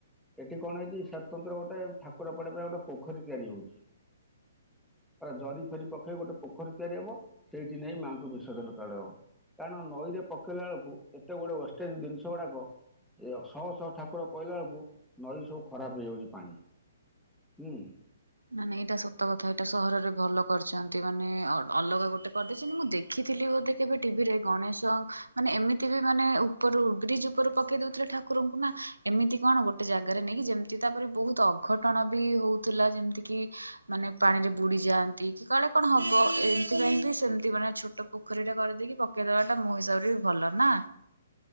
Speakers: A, in the centre; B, on the right (about 80°).
A: ଏଠି କଣ ହେଇଛି ସ୍ୱତନ୍ତ୍ର ଗୋଟେ ଠାକୁରପଡିଵା ପାଇଁ ଗୋଟେ ପୋଖରୀ ତିଆରି ହଉଛି ଜରି ଫରି ପଖେଇ ଗୋଟେ ପୋଖରୀ ତିଆରି ହେବ ସେଇଠି ନେଇ ମାଆଙ୍କୁ ବିସର୍ଜନ କଡାହବ କାରଣ ନଈରେ ପକେଇଲା ବେଳକୁ ଏତେ ଗୁଡେ ୱେଷ୍ଟେଜ ଜିନିଷ ଗୁଡ଼ାକ ଯେ ଶହ ଶହ ଠାକୁର ପଇଲା ବେଳକୁ ନଈ ସବୁ ଖରାପ ହେଇଯାଉଛି ପାଣି। ହୁଁ
B: ନା ନାଇଁ ଏଇଟା ସତ କଥା ଏଇଟା ସହରରେ ଭଲ କରିଛନ୍ତି ମାନେ ଅଲଗା ଗୋଟେ କରିଦେଇଛନ୍ତି ମୁଁ ଦେଖିଥିଲି ବୋଧେ କେବେ ଟିଭିରେ ଗଣେଶ ମାନେ ଏମିତି ବି ମାନେ ଉପରୁ ବ୍ରିଜ ଉପରୁ ପକେଇ ଦଉଥିଲେ ଠାକୁରଙ୍କୁ ନା ଏମିତି କଣ ଗୋଟେ ଜାଗାରେ ନେଇକି ଯେମିତି ତାପରେ ବହୁତ ଅଘଟଣ ବି ହଉଥିଲା ଯେମିତିକି। କି ମାନେ ପାଣିରେ ବୁଡି ଯାଆନ୍ତି କି କାଳେ କଣ ହବ ଏମତି ପାଇଁ ବି ସେମତି ମାନେ ଛୋଟ ପୋଖରୀ ଟା କରିଦେଇକି ପକେଇଦବା ଟା ମୋ ହିସାବରେ ବି ଭଲ ନା।